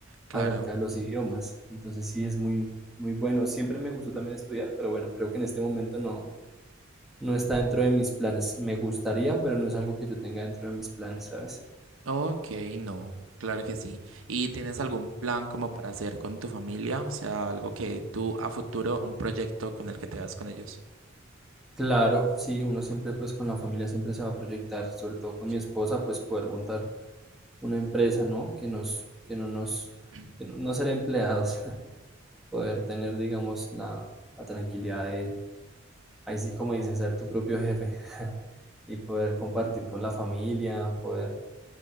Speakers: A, on the right; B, in the centre.
A: Claro.
B: acerca de los idiomas. Entonces sí es muy, muy bueno. Siempre me gustó también estudiar, pero bueno, creo que en este momento no, no está dentro de mis planes. Me gustaría, pero no es algo que yo tenga dentro de mis planes, ¿sabes?
A: Ok, no, claro que sí. ¿Y tienes algún plan como para hacer con tu familia? O sea, algo que tú a futuro, un proyecto con el que te vas con ellos.
B: Claro, sí, uno siempre pues con la familia siempre se va a proyectar, sobre todo con
A: Sí.
B: mi esposa, pues poder montar una empresa, ¿no? Que nos, que no nos,
A: <clears throat>
B: que no, no ser empleados, <laughs> poder tener, digamos, la, la tranquilidad de, ahí sí como dicen, ser tu propio jefe <laughs> y poder compartir con la familia, poder